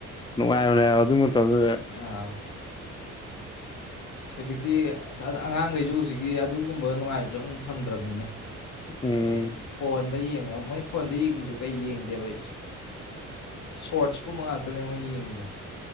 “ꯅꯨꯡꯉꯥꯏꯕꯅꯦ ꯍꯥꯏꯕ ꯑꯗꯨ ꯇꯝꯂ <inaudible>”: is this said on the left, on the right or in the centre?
Left